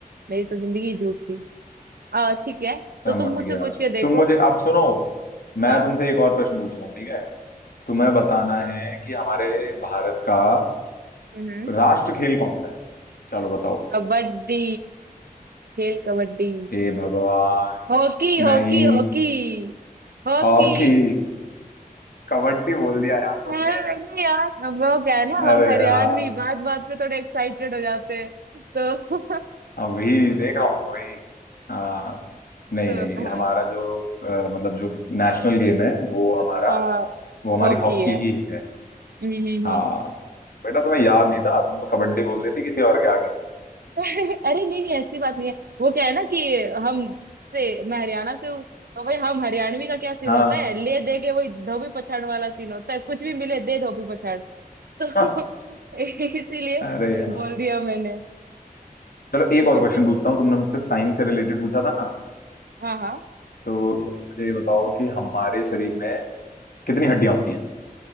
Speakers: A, on the right; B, on the left.
A: मेरी तो जिंदगी ही झूठ थी अ, ठीक है
B: समझ
A: तो तुम मुझसे
B: गया
A: पूछ के देखो
B: तुम मुझे अब सुनो
A: हाँ
B: मैं तुमसे एक और प्रश्न पूछ रहा हूँ ठीक है तुम्हें
A: हम्म
B: बताना है कि हमारे भारत का
A: हम्म
B: राष्ट्र खेल कौन सा है चलो बताओ
A: कबड्डी खेल kabaddi
B: हे भगवान
A: Hockey hockey
B: नहीं
A: hockey Hockey
B: हॉकी कबड्डी बोल दिया यार तुमने
A: हाँ नहीं यार अब वो क्या है ना
B: अरे
A: हम हरियाणवी
B: यार
A: बात बात पे थोड़े एक्साइटेड हो जाते हैं तो
B: अब वही देख रहा हूँ वही हाँ नहीं
A: <laughs> तो
B: नहीं
A: हाँ
B: हमारा जो अ, मतलब जो नेशनल गेम है वो हमारा
A: हाँ
B: वो हमारी
A: हॉकी
B: हॉकी
A: है
B: ही है
A: हम्म हम्म
B: हाँ
A: हम्म।
B: बेटा तुम्हें याद नहीं था तुम तो कबड्डी बोल देती किसी और के आगे
A: <laughs> अरे नहीं नहीं ऐसी बात नहीं है वो क्या है ना कि हम से मैं हरियाणा से हूँ तो भाई हम हरियाणवी का क्या सीन
B: हाँ
A: होता है ले दे के वही धोबी पछाड़ वाला सीन होता है कुछ भी मिले दे धोबी पछाड़ तो
B: हाँ,
A: <laughs> इसीलिए
B: अरे यार
A: बोल दिया मैंने
B: चलो एक और
A: ऐसे
B: क्वेश्चन पूछता हूँ तुमने मुझसे साइंस से रिलेटेड पूछा था ना
A: हाँ हाँ
B: तो तुम मुझे ये बताओ कि हमारे शरीर में कितनी हड्डियां होती हैं